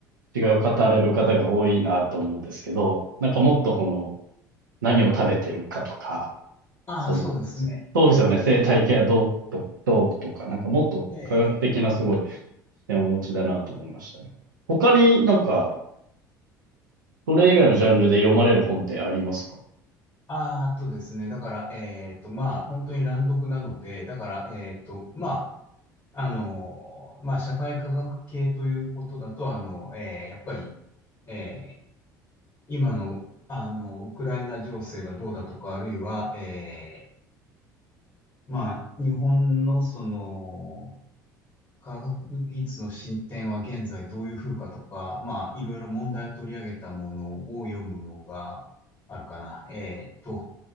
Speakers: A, on the right; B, on the left.
A: う、違う語られる方が多いなと思うんですけど、なんかもっとこの、何を食べてるかとか、
B: ああ、
A: その、
B: そうですね。
A: そうですよね、生態系はどうと、どうとか、なんかもっと科学的なすごい視点をお持ちだなと思いましたね。
B: ええ、
A: 他になんか、それ以外のジャンルで読まれる本ってありますか
B: ああ、あとですね。だから、えっと、まあ、本当に乱読なので、だから、えっと、まあ、あの、まあ、社会科学系ということだと、あの、ええ、やっぱり、ええ今の、あの、ウクライナ情勢がどうだとか、あるいは、えーまあ、日本のその、科学技術の進展は現在どういう風かとか、まあ、いろいろ問題を取り上げたものを読むのがあるかな。えっと、